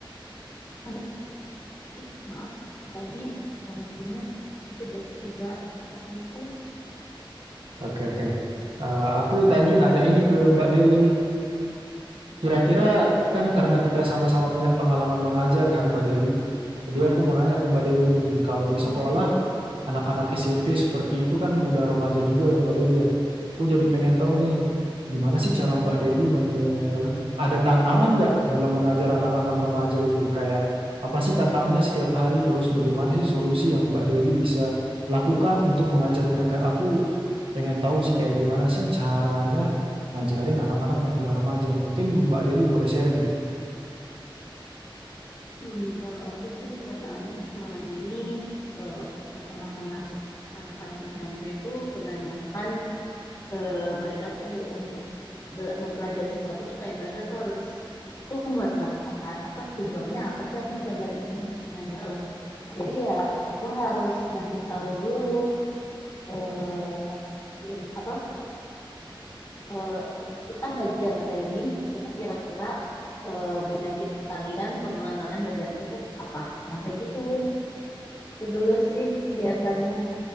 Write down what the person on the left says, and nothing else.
Halo, ih maaf tadi koneksinya tiba-tiba terputus.
Ya.
Mm-mm.
Hmm, kalau aku sih tantangannya sih selama ini eh, pertama anak-anak S- anak-anak SMP itu kebanyakan eh, mereka tuh untuk bela- mempelajari sesuatu tuh kayak mereka tuh harus aku buat ngap apa apa tujuannya apa sih aku mempelajari ini nah gitu jadi ya aku harus ngasih tahu dulu eh in- apa eh, kita belajar materi ini itu kira-kira eh, benefit kalian, keuntungan kalian belajar ini tuh apa? Nah kayak gitu itu dulu sih biasanya.